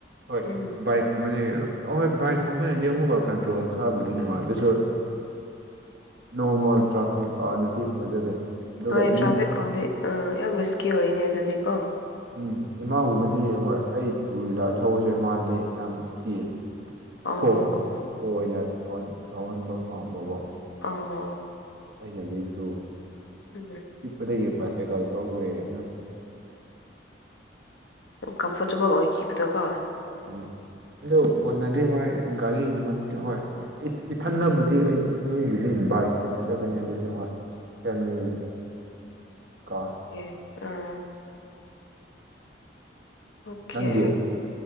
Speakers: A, on the right; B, on the left.
A: ꯍꯣꯏ
B: ꯎꯝ
A: ꯏꯛ ꯀꯨꯝꯕꯗꯤ ꯑ ꯍꯣꯏ ꯕꯥꯏꯛ ꯀꯨꯝꯕꯅꯗꯤ ꯑꯃꯨꯛꯀ ꯀꯟꯇ꯭ꯔꯣꯜ ꯈꯔꯕꯨꯗꯤ ꯅꯨꯡꯉꯥꯏ ꯑꯗꯨꯁꯨ ꯅꯣꯔꯃꯜ ꯇ꯭ꯔꯥꯐꯤꯛ ꯑꯥꯔꯗꯗꯤ ꯐꯖꯗꯦ ꯑꯗꯨꯒ
B: ꯍꯣꯏ
A: ꯏꯃꯨꯡ
B: ꯇ꯭ꯔꯥꯐꯤꯛꯀꯥꯎꯗꯤ ꯌꯥꯝ ꯔꯤꯁꯀꯤ ꯑꯣꯏꯅꯦ ꯑꯗꯨꯗꯤꯀꯣ
A: ꯎꯝ ꯏꯃꯥꯕꯨꯕꯗꯤ ꯍꯣꯏ ꯑꯩ ꯇꯨ ꯍ꯭ꯋꯤꯂꯥꯔ ꯊꯧꯕꯁꯦ ꯏꯃꯥꯗꯤ ꯌꯥꯝ ꯀꯤꯌꯦ
B: ꯑꯣ
A: ꯐꯣꯟ
B: ꯑꯣ
A: ꯑꯣꯏꯅ ꯊꯧꯍꯟꯕ ꯄꯥꯝꯕꯕꯨ
B: ꯑ
A: ꯑꯩꯅ ꯂꯤ ꯇꯨ
B: ꯎꯝ
A: ꯄꯤꯛꯄꯗꯒꯤ ꯄꯕꯥꯥꯏꯁꯥꯏꯀꯜ ꯊꯧꯔꯛꯄꯏ ꯑꯗꯨꯝ
B: ꯎꯝ ꯀꯝꯐꯣꯔꯇꯦꯕꯜ ꯑꯣꯏꯈꯤꯕꯗꯣꯀꯣ
A: ꯎꯝ ꯑꯗꯣ ꯀꯣꯟꯅꯗꯤ
B: ꯎꯝ
A: ꯍꯣꯏ ꯒꯥꯔꯤꯒꯨꯝꯕꯗꯤ ꯍꯣꯏ ꯏꯊꯟꯗꯕꯨꯗꯤ ꯑꯩ ꯏꯣꯏꯕꯨꯗꯤ ꯕꯥꯏꯛ ꯑꯣꯏꯅ ꯆꯠꯀꯅꯤ ꯑꯗꯨꯁꯨ ꯍꯣꯏ ꯐꯦꯃꯤꯅꯤ ꯀꯥ
B: ꯑꯣꯦ ꯑꯥ ꯑꯣꯀꯦ
A: ꯅꯪꯗꯤ